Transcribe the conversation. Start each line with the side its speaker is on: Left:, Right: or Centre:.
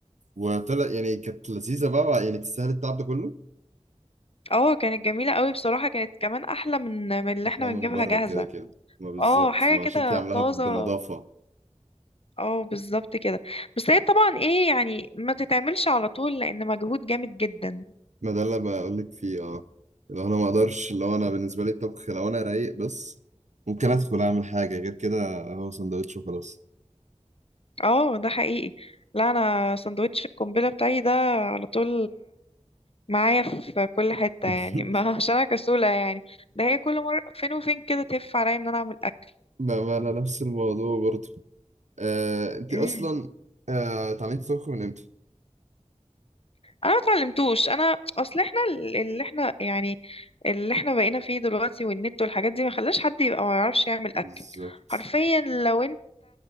Right: وطلع يعني كانت لذيذة بقى يعني تستاهل التعب ده كله
Left: اه كانت جميلة قوي بصراحة كانت كمان أحلى من من اللي
Right: أحلى
Left: احنا
Right: من
Left: بنجيبها
Right: بره
Left: جاهزة
Right: كده كده ما بالظبط
Left: اه حاجة
Right: ما عشان
Left: كده
Right: عاملاها
Left: طازة
Right: بنظافة
Left: اه بالظبط كده بس هي طبعا ايه يعني ما تتعملش على طول لأن مجهود جامد جدا
Right: ما ده اللي أنا بقول لك فيه اه لو أنا ما أقدرش لو أنا بالنسبة لي الطبخ لو أنا رايق بس ممكن أدخل أعمل حاجة غير كده هو سندوتش وخلاص
Left: اه ده حقيقي لا أنا سندوتش القنبلة بتاعي ده على طول معايا في كل حتة
Right: <laughs>
Left: يعني <laughs> ما عشان أنا كسولة يعني ده هي كل مرة فين وفين كده تهف عليا إن أنا أعمل أكل
Right: ما ما أنا نفس الموضوع برضه آه أنت
Left: مم.
Right: أصلا آه اتعلمتي تطبخي من إمتى؟
Left: انا ما اتعلمتوش انا اصل احنا ال- اللي احنا يعني اللي احنا بقينا فيه دلوقتي والنت والحاجات دي ما خلاش حد يبقى ما يعرفش يعمل اكل
Right: بالظبط
Left: حرفيا لو انت